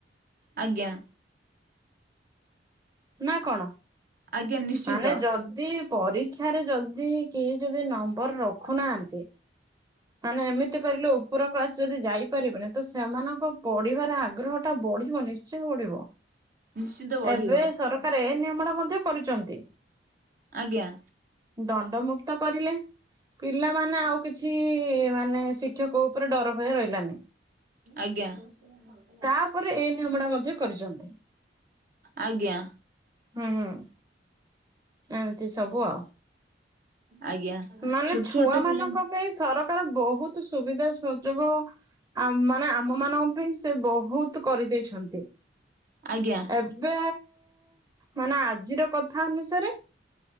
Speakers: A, on the right; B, on the right.
A: ଆଜ୍ଞା
B: ନା କଣ
A: ଆଜ୍ଞା ନିଶ୍ଚିନ୍ତ
B: ମାନେ ଯଦି ପରୀକ୍ଷାରେ ଯଦି କେହି ଯଦି ନମ୍ବର ରଖୁନାହାନ୍ତି। ମାନେ ଏମିତି କରିଲେ ଉପର କ୍ଲାସ ଯଦି ଯାଇପାରିବନି ତ ସେମାନଙ୍କ ପଢିବାର ଆଗ୍ରହ ଟା ବଢିବନି ସେ ପଡିବ
A: ନିଶ୍ଚିନ୍ତ ବଢିବ
B: ଏବେ ସରକାର ଏ ନିୟମ ଟା ମଧ୍ୟ କରୁଛନ୍ତି।
A: ଆଜ୍ଞା
B: ଦଣ୍ଡ ମୁୁକ୍ତ କରିଲେ ପିଲାମାନେ ଆଉ କିଛି ମାନେ ଶିକ୍ଷକ ଉପରେ ଡର ଭୟ ରହିଲାନି
A: ଆଜ୍ଞା ଭ <unintelligible>
B: ତାପରେ ଏଇ ନିୟମଣା ମଧ୍ୟ କରିଛନ୍ତି
A: ଆଜ୍ଞା
B: ହୁଁ ହୁଁ ଏମିତି ସବୁ ଆଉ
A: ଆଜ୍ଞା
B: ମାନେ
A: ଛୋଟ
B: ଛୁଆ
A: ଛୋଟ
B: ମାନଙ୍କ
A: ପିଲା
B: ପାଇଁ ସରକାର ବହୁତ ସୁବିଧା ସୁଯୋଗ ଆ ମାନେ ଆମ ମାନଙ୍କ ପାଇଁ ସେ ବହୁତ କରିଦେଇଛନ୍ତି।
A: ଆଜ୍ଞା
B: ଏବେ ମାନେ ଆଜିର କଥା ଅନୁସାରେ